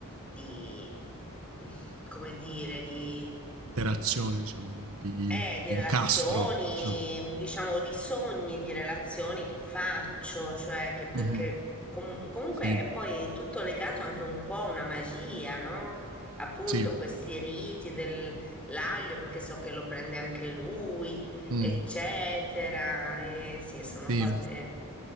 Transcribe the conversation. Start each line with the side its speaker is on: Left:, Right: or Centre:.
Centre: di, mm, come dire, di,
Right: Interazione diciamo in di
Centre: eh,
Right: di
Centre: di relazioni,
Right: incastro, diciamo.
Centre: mm, diciamo di sogni, di relazioni che faccio, cioè che perché
Right: Mh-mh.
Centre: com- comunque
Right: Sì,
Centre: è poi tutto legato anche un po' a una magia, no? Appunto,
Right: sì.
Centre: questi riti dell'aglio, perché so che lo prende anche lui,
Right: Mh.
Centre: eccetera. E sì, sono
Right: Sì.
Centre: cose.